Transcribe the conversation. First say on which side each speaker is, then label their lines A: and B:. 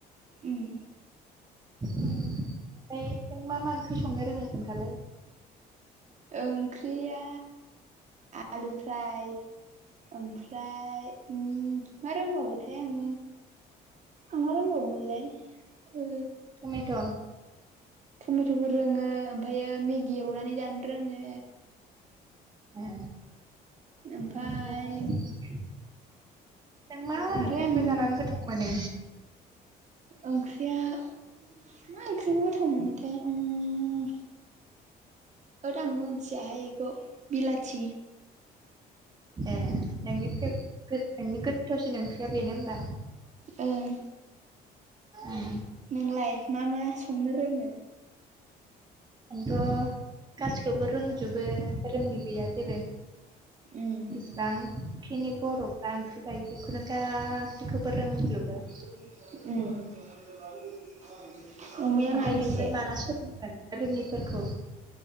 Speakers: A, on the right; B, on the right.
A: उम
B: ओमफाय नों मा-मा ओंख्रि संनो रोङो खोन्थालाय
A: ओंख्रिया आलु फ्राय ओमफ्राय उम मा रोंबावोथाय आं आं मा रोंबावोमोनलाय ओ
B: टमेट'
A: टमेट'खौ रोङो ओमफायो मेगि एवनानै जानो रोङो
B: ए
A: ओमफाय
B: ओमफ्राय नों मा
A: ओमफ्राय
B: ओंख्रिखौ
A: आं
B: जानानै गोथाव मोनो
A: ओंख्रिया मा ओंख्रिखो गोथाव मोनोथाय उम्म होद आं मिथियाहाय इखौ बिलाथि
B: ए नोंनि फ्रे नोंनि गोथावसिन ओंख्रिया बेनो होनबा
A: ओं
B: ए,
A: नोंलाय मा-मा संनो रोङो
B: आंथ' गासिखौबो रोंजोबो रोङि गैया जेबो
A: उम
B: बेसिबांखिनि बर'फ्रा ओंख्रि जायो बेखौनो गाससिखौबो रोंजोबो
A: उम अमाया
B: ओमफाय
A: माबेसे
B: नोंलाय माला सोलोंगोन रोङिफोरखौ